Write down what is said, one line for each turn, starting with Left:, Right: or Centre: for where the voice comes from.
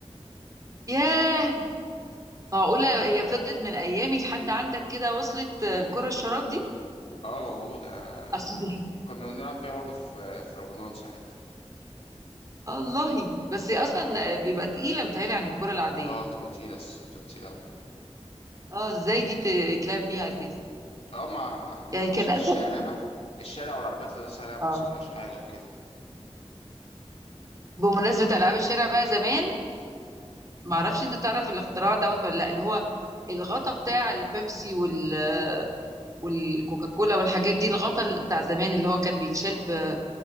Right: ياه معقوله هي فضلت من ايامي لحد عندك كده وصلت آه، الكره الشراب دي
Left: اه موجودة
Right: اصل
Left: كنا كنا بنلعب بيها برضه في في رمضان ساعات
Right: الله بس هي اصلا بيبقى تقيله متهيألي عن الكره العاديه
Left: اه بتبقى تقيلة الس- بتبقى تقيلة أوي
Right: اه ازاي دي بتتلعب بيها اساسا
Left: اه مع... مع
Right: يعني كان
Left: عشان
Right: اسهل
Left: الشارع بقى الشارع والعربيات اللي لسه عليها ما
Right: اه
Left: يحصلهاش حاجة وكده
Right: بمناسبه العاب الشارع بقى زمان ما اعرفش انت تعرف الاختراع دوت ولا لا اللي هو الغطا بتاع البيبسي وال والكوكاكولا والحاجات دي الغطا اللي بتاع زمان اللي هو كان بيتشال ب-